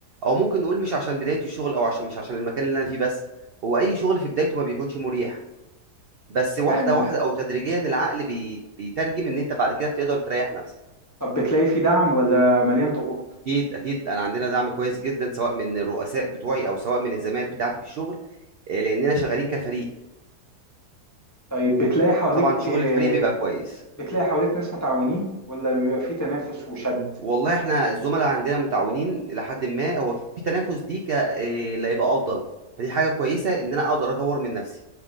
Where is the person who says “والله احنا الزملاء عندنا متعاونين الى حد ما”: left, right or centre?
Right